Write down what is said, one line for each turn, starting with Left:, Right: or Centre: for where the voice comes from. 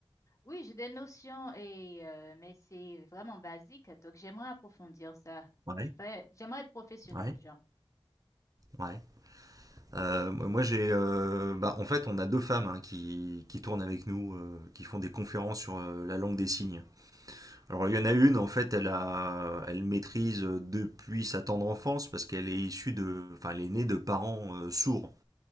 Left: Oui, j'ai des notions et euh, mais c'est vraiment basique, donc j'aimerais approfondir ça.
Right: Ouais.
Left: Je fais- J'aimerais être professionnelle,
Right: Ouais,
Left: genre.
Right: ouais. Euh, moi, j'ai. euh, bah, en fait, on a deux femmes hein, qui, qui tournent avec nous, euh, qui font des conférences sur euh, la langue des signes. Alors, il y en a une, en fait, elle a, elle maîtrise euh, depuis sa tendre enfance parce qu'elle est issue de, enfin, elle est née de parents euh, sourds.